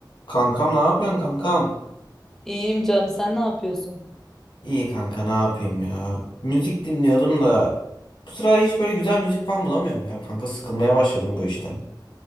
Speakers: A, on the left (about 80°); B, in the centre.
A: Kankam ne yapıyorsun kankam?
B: İyiyim canım sen ne yapıyorsun?
A: İyi kanka ne yapayım ya. Müzik dinliyordum da bu sıra hiç böyle güzel müzik falan bulamıyorum ya kanka sıkılmaya başladım bu işten.